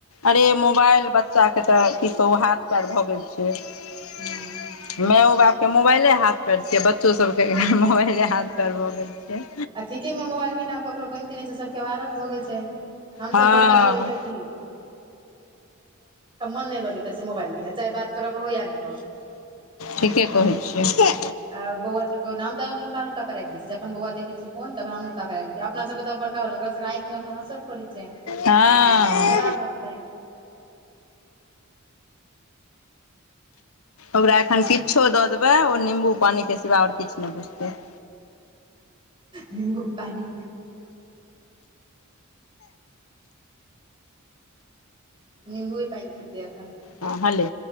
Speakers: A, on the left; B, on the right.
A: अरे मोबाइल बच्चाके तै की कहू हाथ पैर भऽ गेल छै।
B: हूँ
A: माओ बाप के मोबाइले हाथ पैर छियै आ बच्चो सब के मोबाइले हाथ पैर भऽ गेल छै
B: आ ठीके मे मोबाइल बिना आब ककरो बैनते नै छै सबके आब आदत भऽ गेल छै। हम सब
A: हँ
B: बड़का छी ओय से की? तब मोन नै लगैत रहै छै मोबाइल‌ बिना चाहे बात करा के होय या न‌ होय।
A: ठीके कहै छियै।
B: आ बौआ सबके हम तऽ नुका-नुका कै राएख दै छियै जखैन बौआ देखै छियै फोन तखन हम नुका कऽ राएख दै छियै, अपना सबके तऽ आब बड़का <unintelligible> ओकरा सबके आएखमे अखन असर पड़ै छै।
A: हँ
B: खराब हेतै।
A: ओकरा एखन किच्छो दऽ देबै ओ निम्बू पानिके सिवा और किछ नै बुझतै
B: निम्बू पानी निंबूए पैन पीतै अखन
A: हां हले,